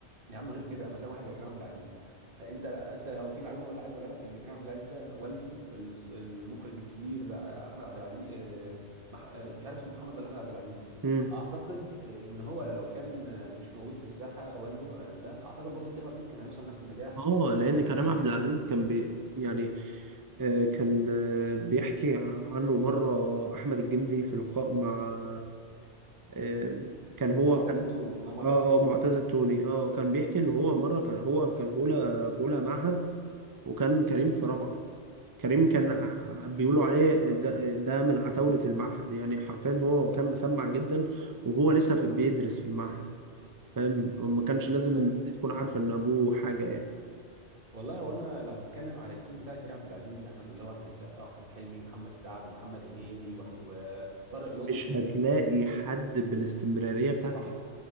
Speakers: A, on the right; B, on the right.
A: يا عم غير كده مثلا واحد زي كريم عبد العزيز آه، انت انت لو في معلومه اقول عايز اقولها لك ان كريم عبد العزيز ده والده الس- المخرج الكبير آه، احمد عبد العزيز آه، مح- آه، مش عارف اسمه محمد ولا احمد عبد العزيز
B: امم
A: اعتقد آه، ان هو لو كان آه، مش موجود في الساحه والده آه، ده اعتقد برضو كريم عبد العزيز كان هيوصل نفس النجاح
B: اه لان
A: كان هيبقى
B: كريم
A: كان
B: عبد
A: هيبقى
B: العزيز كان بي يعني آه كان آه بيحكي عنه مره احمد الجندي في لقاء مع آه كان هو
A: مع معتز
B: كان
A: التوني مع معتز
B: اه
A: التوني
B: اه معتز التوني اه كان بيحكي ان هو مره كان هو كان في اولى في اولى معهد وكان كريم في رابعه كريم
A: بالظبط
B: كان بيقولوا عليه ده, ده من عتاولة المعهد يعني حرفيا هو كان مسمع جدا وهو لسه في بيدرس في المعهد فاهم ما كانش لازم
A: بالظبط
B: الناس دي تكون عارفة ان ابوه حاجة يعني
A: والله هو انا لو هتكلم على الجيل بتاع كريم عبد العزيز احمد اللي هو احمد السقا واحمد حلمي ومحمد سعد ومحمد هنيدي وح- وطارق لطفي
B: مش هتلاقي حد بالاستمرارية بتاعت
A: صح
B: كريم